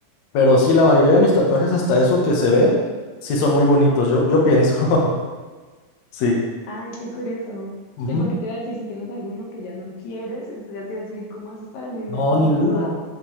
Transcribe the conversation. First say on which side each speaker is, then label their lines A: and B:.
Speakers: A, on the left; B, on the left.
A: Pero sí, la mayoría de mis tatuajes, hasta eso que se ven, sí son muy bonitos. Yo, yo pienso. <laughs> Sí.
B: Ay, qué curioso.
A: Ujú.
B: Sí, porque te iba a decir, si tienes alguno que ya no quieres, entonces ya te iba a decir, ¿y ¿cómo haces para lidiar
A: No,
B: con
A: ninguno.
B: la duda?